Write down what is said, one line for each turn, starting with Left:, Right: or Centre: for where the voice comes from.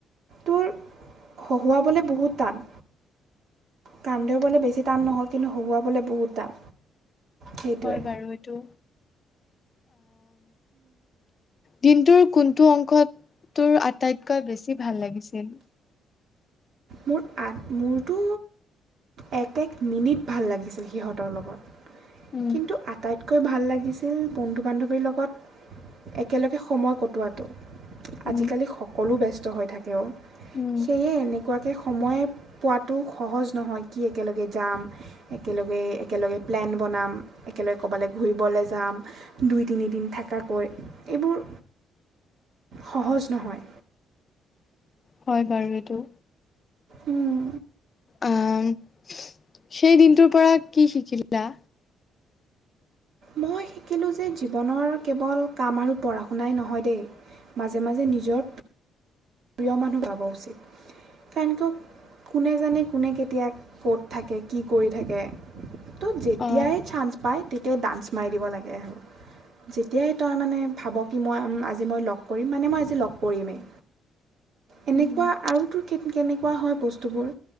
Right: তোৰ হহুৱাবলৈ বহুত টান। কান্দবলৈ বেছি টান নহয় কিন্তু হহুৱাবলৈ বহুত টান। সেইটোৱে
Left: হয় বাৰু এইটো দিনটোৰ কি টো অংশত তোৰ আটাইতকৈ বেছি ভাল লাগিছিল।
Right: মোৰ আ মোৰতো এক এক মিনিট ভাল লাগিছিল সিহঁতৰ লগত
Left: উম
Right: কিন্তু আটাইতকৈ আকৈ ভাল লাগিছিল বন্ধু বান্ধৱীৰ লগত একেলগে সময় কটোৱাটো।
Left: উম,
Right: আজিকালি সকলো ব্যস্ত। হৈ থাকেও
Left: উম,
Right: সেয়ে এনেকুৱাকে সময় পোৱাতো সহজ নহয় কি একেলগে যাম একেলগে একেলগে প্লেন বনাম একেলগে ক'ৰবালৈ ঘূৰিবলৈ যাম দুই তিনিদিন থাকাকে এইবোৰ সহজ নহয়
Left: হয় বাৰু এইটো।
Right: উম
Left: আহ সেই দিনটোৰ পৰা কি শিকিলা?
Right: মই শিকিলোঁ যে জীৱনৰ কেৱল কাম আৰু পঢ়া শুনাই নহয় দেই মাজে মাজে নিজৰ প্ৰিয় মানুহ পাব উচিত কাৰণ কিয় কোনে জানে কোনে কেতিয়া ক'ত থাকে কি কৰি থাকে। ত' যেতিয়াই
Left: অ',
Right: চান্স পায়। তেতিয়াই ডান্স মাৰি দিব লাগে আৰু যেতিয়াই তই মানে ভাব কি মই আজি মই লগ কৰিম মানে মই আজি লগ কৰিমেই। এনেকুৱা
Left: উম,
Right: আৰু তোৰ। কেনেকুৱা হয় বস্তুবোৰ